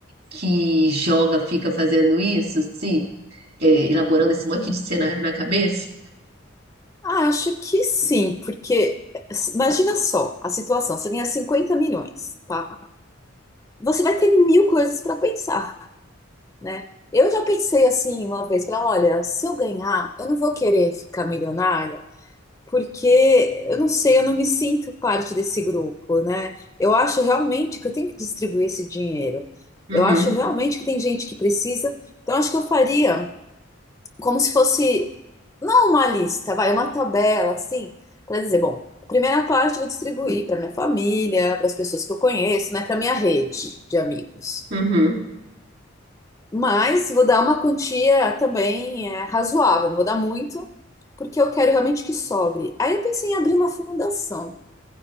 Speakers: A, on the right (about 50°); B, on the left (about 15°).
A: que joga fica fazendo isso, assim? é, elaborando esse monte de cenário na cabeça.
B: Ah, Acho que sim, porque imagina só a situação, você ganha 50 milhões, tá? Você vai ter mil coisas para pensar, né? Eu já pensei assim uma vez, falei, olha, se eu ganhar, eu não vou querer ficar milionária, porque eu não sei, eu não me sinto parte desse grupo, né? Eu acho realmente que eu tenho que distribuir esse dinheiro.
A: Uhum,
B: Eu acho realmente que tem gente que precisa. Então acho que eu faria. como se fosse, não uma lista, vai, uma tabela, assim, para dizer, bom, a primeira parte eu vou distribuir para minha família, para as pessoas que eu conheço, né, para minha rede de amigos.
A: uhum.
B: Mas vou dar uma quantia também é, razoável, não vou dar muito, porque eu quero realmente que sobre. Aí eu pensei em abrir uma fundação.